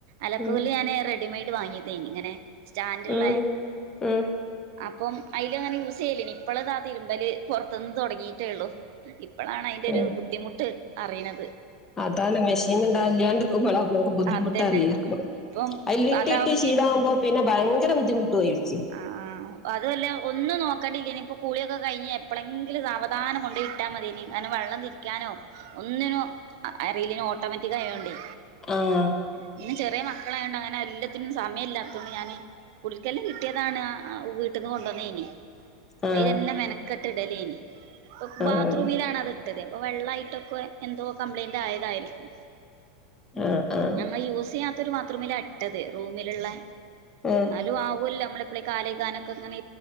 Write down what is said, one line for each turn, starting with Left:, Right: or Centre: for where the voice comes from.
Right: അലക്ക്
Left: ഉം
Right: കല്ല് ഞാന് റെഡിമെയ്ഡ് വാങ്ങിയതേനി ഇങ്ങനെ സ്റ്റാൻഡ്
Left: ഉം
Right: ള്ളെ
Left: ഉം
Right: അപ്പം അയ്‌ലങ്ങനെ യൂസെയ്ലേനീ ഇപ്പള്താ തിര്മ്പല് പൊർത്തുന്ന് തൊടങ്ങിട്ടേള്ളു ഇപ്പളാണ് അയ്ന്റൊരു
Left: ഉം
Right: ബുദ്ധിമുട്ട് അറിണത്
Left: അതാണ് മെഷീന്ണ്ട‌ല്യാണ്ട്ക്കുമ്പളാ മ്മക്ക് ബുദ്ധിമുട്ടറ്യാ
Right: അതന്നെ ഇപ്പം
Left: അയ്ൽ ഇട്ടിട്ട്
Right: അതാവും
Left: ശീലാകുമ്പോ പിന്നെ ഭയങ്കര ബുദ്ധിമുട്ടും ആയ്രിക്ക്യും
Right: ആഹ് ആഹ് ഇപ്പതോല ഒന്നും നോക്കണ്ടിലേനി കുളിയൊക്കെ കഴിഞ് എപ്പളെങ്കിലും സാവധാനം കൊണ്ടയ് ഇട്ടാമതിനി ങ്ങന വെള്ളം തിരി രിക്കാനോ ഒന്നിനും അറിലേനി ഓട്ടോമാറ്റിക്കായോണ്ടേ
Left: ആഹ്
Right: പിന്നെ ചെറിയ മക്കളായോണ്ട് അങ്ങനെ എല്ലത്തിനും സമയമല്ലാതൊണ്ട് ഞാന് കുടിര്ക്കൽന് കി കിട്ടിയതാണ് വീട്ടിന്ന് കൊണ്ടൊന്നെനി
Left: ആഹ്
Right: അയ്‌ലന്നെ മെനക്കെട്ട് ഇടലേനി ഇപ്പൊ
Left: ആഹ്
Right: ബാത്റൂമിലാണത് ട്ടത് അപ്പൊ വെള്ളായിട്ടൊക്കെ എന്തോ കംപ്ലയിന്റ് ആയതായിരിക്കും
Left: ആഹ് ആഹ്
Right: ഞങ്ങൾ യൂസെയ്യാത്ത ഒരു ബാത്റൂമില ഇട്ടത് റൂമില്ള്ളെ
Left: ആഹ്
Right: ന്നാലും ആവല്ലോ മ്മളെപ്പയേ കാലഗാനൊക്കെങ്ങനെ